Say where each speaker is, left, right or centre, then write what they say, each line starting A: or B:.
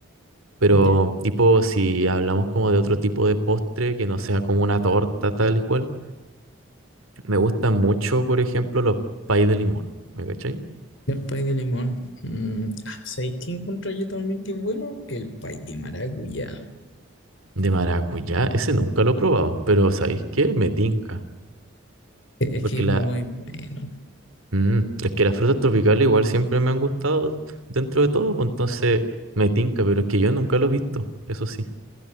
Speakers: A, on the right; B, on the left.
A: Pero
B: Ya.
A: tipo, si hablamos como de otro tipo de postre que no sea como una torta tal y cual, me gustan mucho, por ejemplo, los pay de limón, ¿me cachai?
B: El pay de limón. Mm, ah, ¿sabes qué encuentro yo también que es bueno? El pay de maracuyá.
A: De maracuyá, ese nunca lo he probado, pero ¿sabéis qué? Me tinca.
B: Es
A: Porque
B: que es
A: la...
B: muy bueno.
A: mm, es que las frutas tropicales igual siempre me han gustado dentro de todo, pues entonces me tinca, pero es que yo nunca lo he visto, eso sí.